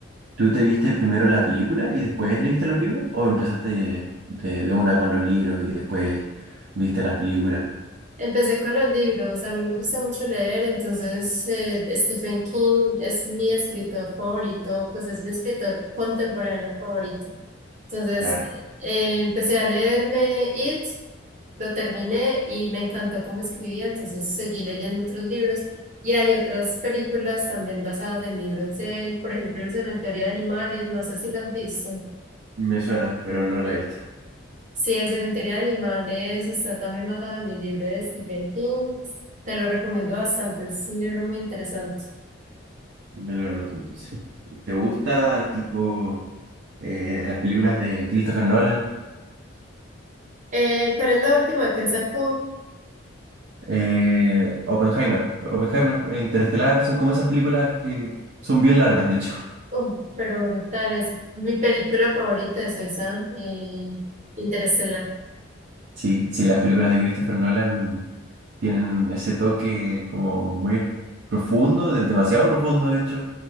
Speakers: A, on the right; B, on the right.
A: ¿Tú te viste primero la película y después leíste los libros? ¿O empezaste de, de una con los libros y después viste las películas?
B: Empecé con los libros, a mí me gusta mucho leer, entonces eh, Stephen King es mi escritor favorito, pues es mi escritor contemporáneo favorito. Entonces
A: Claro,
B: eh, empecé a leerme It, lo terminé y me encantó cómo escribía, entonces seguí leyendo otros libros y hay otras películas también basadas en libros de él, por ejemplo El Cementerio de Animales, no sé si las has visto.
A: me suena, pero no la he visto.
B: Sí, el cementerio de animales está también basado en el libro de Stephen King. Te lo recomiendo bastante, es un libro muy interesante.
A: Me lo noto entonces. ¿Te gusta tipo eh, las películas de Christopher Nolan?
B: Eh, ¿cuál es la última que él sacó?
A: Eh, Oppenheimer. Oppenheimer e Interestelar son como esas películas que son bien largas, de hecho.
B: Oh, pero brutal, es mi película favorita, es esa, eh, Interestelar.
A: Sí, sí, las películas de Christopher Nolan tienen ese toque como muy profundo, de- demasiado profundo de hecho,